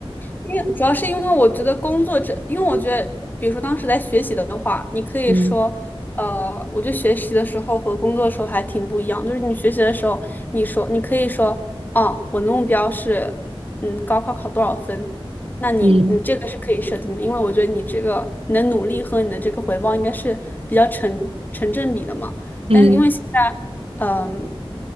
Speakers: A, on the left; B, on the right.
A: 因为主要是因为我觉得工作这，因为我觉得，比如说当时在学习的话，你可以说，
B: 嗯
A: 呃，我觉得学习的时候和工作的时候还挺不一样。就是你学习的时候，你说你可以说，哦，我的目标是，嗯，高考考多少分？那你你这个是可以设定的，
B: 嗯
A: 因为我觉得你这个你的努力和你的这个回报应该是比较成成正比的嘛。
B: 嗯
A: 但是因为现在。嗯，